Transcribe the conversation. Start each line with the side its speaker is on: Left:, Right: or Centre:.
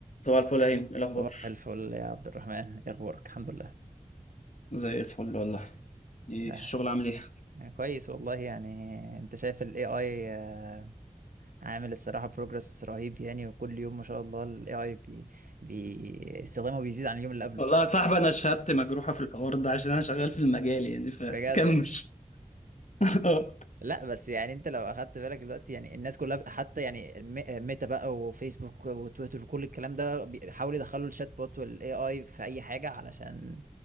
Left: صباح الفل يا هيم إيه الاخبار
Right: صباح الفل يا عبد الرحمن ايه اخبارك الحمد لله
Left: زي الفل والله ايه
Right: آه
Left: الشغل عامل ايه
Right: يعني كويس والله يعني انت شايف ال AI آه عامل الصراحة بروجرس رهيب يعني وكل يوم ما شاء الله ال AI بي بي استخدامه بيزيد عن اليوم اللي قبله
Left: والله يا صاحبي انا شهادتي مجروحه في الحوار ده عشان انا شغال في المجال يعني فكمل
Right: بجد والله
Left: <laughs>
Right: لا بس يعني انت لو اخدت بالك دلوقتي يعني الناس كلها حتى يعني مي- ميتا بقى وفيسبوك وتويتر وكل الكلام ده بيحاولوا يدخلوا الشات بوت وال AI في اي حاجة علشان